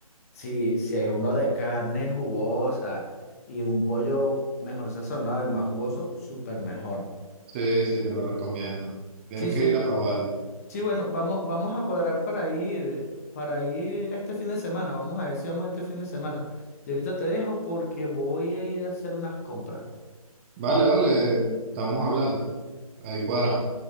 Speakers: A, on the left (about 25°); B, on the right (about 20°).
A: si, si es uno de carne jugosa y un pollo mejor sazonado y más jugoso, súper mejor.
B: Sí, sí, te lo recomiendo. Tienes
A: Sí, sí.
B: que ir a probarlo.
A: Sí, bueno, vamos, vamos a cuadrar para ir, para ir este fin de semana. Vamos a ver si vamos este fin de semana. Y ahorita te dejo porque voy a ir a hacer unas compras.
B: Vale, vale, estamos hablando. Ahí cuadramos.